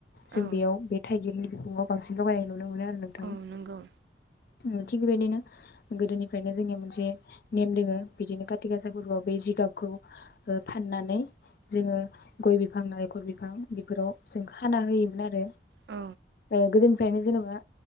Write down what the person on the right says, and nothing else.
औ
औ नंगौ
औ